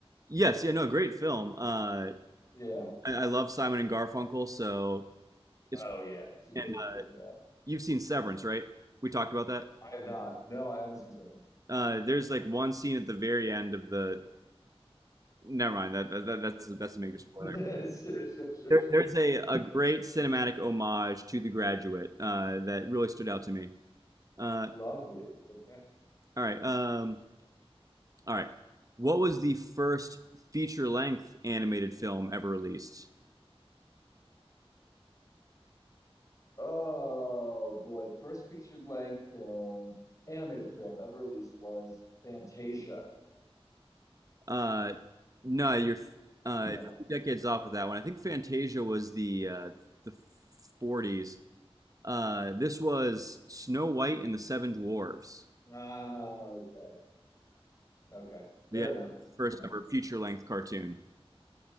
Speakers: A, on the right; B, on the left.
A: yes. Yeah. No. Great film. Uh,
B: Yeah.
A: I, I love Simon and Garfunkel, so
B: Oh
A: it's
B: yeah. It's a great
A: and uh,
B: movie for that.
A: you've seen Severance, right? We talked about that.
B: I have not. No, I haven't seen Severance.
A: Uh, there's like one scene at the very end of the. Never mind. That, that that's that's a major
B: <laughs>
A: spoiler.
B: Sure, sure, sure,
A: There,
B: sure.
A: there's a, a great cinematic homage to The Graduate uh, that really stood out to me. Uh,
B: Lovely. Okay.
A: all right. Um, all right. What was the first feature length animated film ever released?
B: Oh boy, the first feature-length film, animated film ever released was Fantasia.
A: Uh, no, you're uh,
B: No.
A: decades off with that one. I think Fantasia was the uh, the 40s. Uh, this was Snow White and the Seven Dwarves,
B: Ah, okay. Okay. Fair
A: the
B: enough.
A: first
B: Fair enough.
A: ever feature length cartoon.